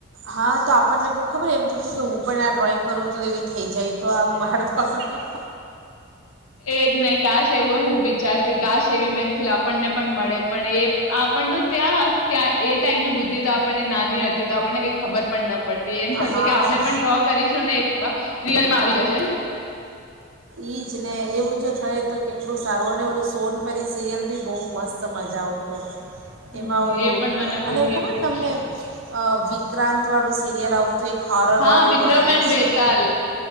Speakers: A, on the right; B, on the left.
A: હા તો આપણને પણ ખબર એમ થતું કે હું પણ આ ડ્રોઈંગ કરું તો એવી થઈ જાય તો આમ બાળપણ
B: એજ નહી કાશ, એવું હું વિચારતી કાશ એવી પેન્સિલ આપણને પણ મળે પણ એ આમ આપણ ત્યાં-ત્યાં એ ટાઈમની બુદ્ધિ તો આપણને નાની હતી તો આપણને કઈ ખબર પણ ન પડતી એમ થતું
A: હા
B: કે આપને પણ ડ્રો કરીશું ને એ રિયલમાં આવી જશે.
A: ઈજ ને એવું જો થય તો કેટલું સારું અને ઓલું સોનપરી સિરિયલ બી બહુ મસ્ત મજા આવતો
B: હમ
A: એમાં ઓલું
B: એ પણ મને
A: અને
B: બહુ ગમતું
A: ખબર તમને વિ વિક્રાંતવાળુ સીરીયલ આવતું એક હોરરવાળું
B: હા, વિક્રમ
A: એનું
B: એન બેતાલ
A: શું